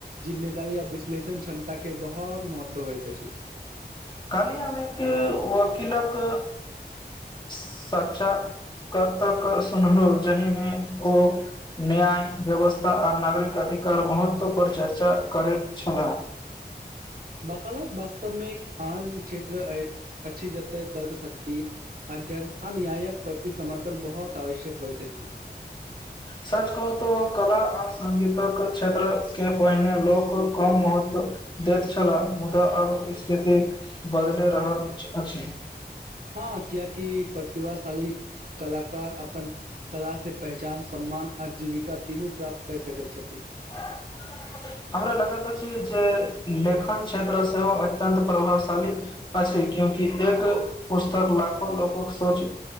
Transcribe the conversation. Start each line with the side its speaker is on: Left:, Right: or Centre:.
Right: जिम्मे कार्य या विश्लेषण क्षमता के बहुत महत्व होइत अछि
Left: काल्हि हम एक वकीलक सचा करतक सुनलहु जहिमे ओ न्याय व्यवस्था आ नागरिक अधिकार महत्व पर चर्चा करैत छलाह
Right: वकालत वास्तवमे एक आन क्षेत्र अछि जत तर्कशक्ति अध्ययन अन्यायक प्रति समर्पण बहुत आवश्यक होइत अछि
Left: सच कहू त कला आ संगीतक क्षेत्र के पहिने लोक कम महत्व देत छला मुदा आब स्थिति बदल रहैत अछि
Right: हाँ कियकी प्रतिभाशाली कलाकार अपन कला से पहचान सम्मान आ जीविका तीनू प्राप्त कर सकैत छथिन
Left: ‌ <unintelligible> हमरा लगैत अछि जे लेखन क्षेत्र सेहो अत्यत प्रभावशाली अछि क्यों एक पुस्तक लाखो लोक सोच